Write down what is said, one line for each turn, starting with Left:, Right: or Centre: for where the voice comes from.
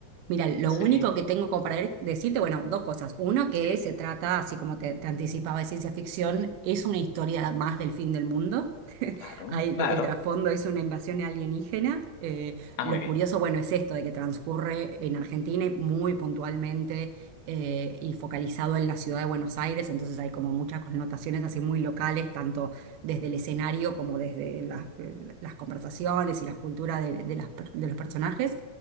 Right: Mira, lo
Left: Sí,
Right: único que tengo como para de- decirte, bueno, dos cosas. Una que
Left: sí,
Right: se trata, así como te, te anticipaba, de ciencia ficción, es una historia más del fin del mundo. <laughs>
Left: claro,
Right: Hay,
Left: claro.
Right: de- el trasfondo es una invasión alienígena. Eh,
Left: Ah,
Right: lo
Left: muy bien.
Right: curioso, bueno, es esto de que transcurre en Argentina y muy puntualmente eh, y focalizado en la ciudad de Buenos Aires, entonces hay como muchas connotaciones así muy locales, tanto desde el escenario como desde las, eh, las conversaciones y las culturas de, de las per- de los personajes.